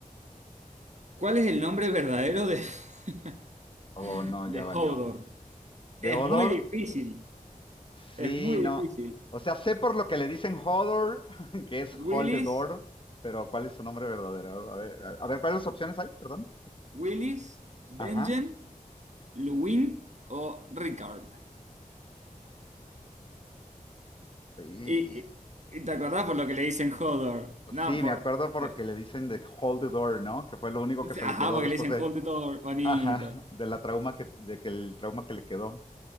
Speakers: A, on the right (about 55°); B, on the left (about 35°).
A: ¿cuál es el nombre verdadero de, <laughs>
B: Oh, no,
A: de
B: ya valió.
A: Hodor?
B: ¿De
A: Es
B: Odor?
A: muy difícil, es
B: Sí,
A: muy
B: no.
A: difícil.
B: O sea, sé por lo que le dicen Hodor, <laughs> que es
A: ¿Willis,
B: Hold the Door, pero ¿cuál es su nombre verdadero? A ver, a a ver, ¿cuáles opciones hay? Perdón.
A: Willis,
B: Ajá.
A: Benjen, Luwin o Rickard?
B: Y-
A: Y,
B: y-
A: y- y te acordás por lo que le dicen Hodor, no,
B: sí,
A: por,
B: me acuerdo por
A: por-
B: lo que le dicen de Hold the Door, ¿no? Que fue lo único que se
A: ajá,
B: le quedó
A: porque
B: después
A: le dicen
B: de,
A: Hodor,
B: <laughs>
A: bonito.
B: ajá, de la trauma que, de que el trauma que le quedó.